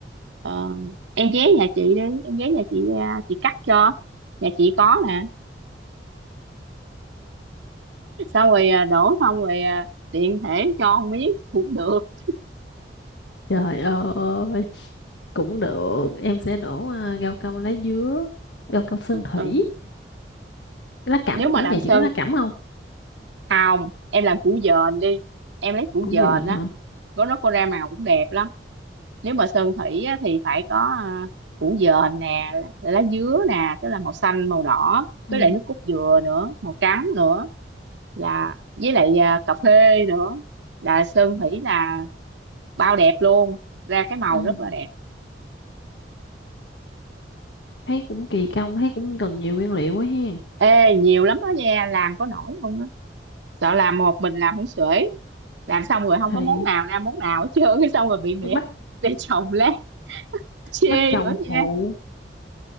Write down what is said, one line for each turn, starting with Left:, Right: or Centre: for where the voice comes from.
Right: ờ, em ghé nhà chị đi em ghé nhà chị à, chị cắt cho nhà chị có nè xong rồi à, đổ xong rồi à, tiện thể cho một miếng cũng được
Left: trời ơi cũng được em sẽ đổ à, rau câu lá dứa rau câu sơn thủy
Right: ừ.
Left: lá cẩm
Right: nếu mà
Left: nữa
Right: làm
Left: nhà
Right: sơn
Left: chị có lá cẩm không
Right: hồng em làm củ dền đi em lấy củ
Left: củ
Right: dền
Left: dền
Right: á
Left: hả
Right: nó nó có ra màu cũng đẹp lắm nếu mà sơn thủy á, thì phải có à, củ dền nè lá lá dứa nè tức là màu xanh màu đỏ
Left: ừ
Right: với lại nước cốt dừa nữa màu trắng nữa là với lại à, cà phê nữa là sơn thủy là bao đẹp luôn ra cái màu
Left: ừ
Right: rất là đẹp
Left: thấy cũng kỳ công thấy cũng cần nhiều nguyên liệu quá hen
Right: ê nhiều lắm đó nha làm có nổi không á sợ làm một mình làm không xuể làm xong rồi không
Left: thì
Right: có món nào ra món nào hết trơn <laughs> cái xong rồi bị mẹ
Left: phải bắt
Right: <laughs> để chồng lát chê
Left: bắt chồng
Right: nữa
Left: phụ
Right: nha